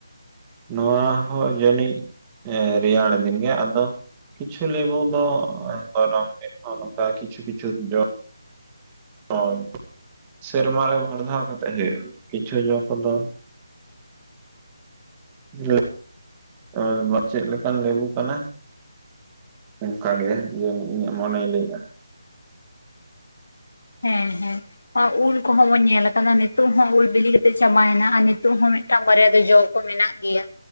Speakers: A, on the right; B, on the left.
A: ᱱᱚᱣᱟ ᱦᱚᱸ ᱡᱟᱹᱱᱤᱡ ᱨᱮᱭᱟᱲ ᱫᱤᱱ ᱜᱮ ᱟᱫᱚᱻ ᱠᱤᱪᱩ ᱞᱮᱵᱩ ᱫᱚ ᱜᱚᱨᱚᱢ ᱫᱤᱱ ᱦᱚᱸ ᱱᱚᱱᱠᱟ ᱠᱤᱪᱷᱩ ᱠᱤᱪᱷᱩ ᱡᱚ ᱻ ᱦᱳᱭ ᱥᱮᱨᱢᱟ ᱨᱮ ᱵᱟᱨ ᱫᱷᱟᱣ ᱠᱟᱛᱮ ᱦᱩᱭᱩᱜᱼᱟ ᱠᱤᱪᱷᱩ ᱡᱚ ᱠᱚᱫᱚᱻ <inaudible> <unintelligible> ᱪᱮᱫ ᱞᱮᱠᱟᱱ ᱞᱮᱵᱩ ᱠᱟᱱᱟ ᱾ ᱚᱱᱠᱟ ᱜᱮ ᱡᱮ ᱤᱧᱟᱹᱜ ᱢᱚᱱᱮᱭ ᱞᱟᱹᱭᱮᱜᱼᱟ ᱾
B: ᱦᱮᱸ ᱦᱮᱸ ᱚ ᱩᱞ ᱠᱚᱦᱚᱸ ᱵᱚᱱ ᱧᱮᱞ ᱟᱠᱟᱫᱟ ᱱᱤᱛᱚᱜ ᱦᱚᱸ ᱩᱞ ᱵᱤᱞᱤ ᱠᱟᱛᱮᱜ ᱪᱟᱵᱟᱭᱮᱱᱟ ᱟᱨ ᱱᱤᱛᱚᱜ ᱦᱚᱸ ᱢᱮᱫ ᱢᱤᱫ ᱴᱟᱝ ᱵᱟᱨᱭᱟ ᱫᱚ ᱡᱚ ᱠᱚ ᱢᱮᱱᱟᱜ ᱜᱮᱭᱟ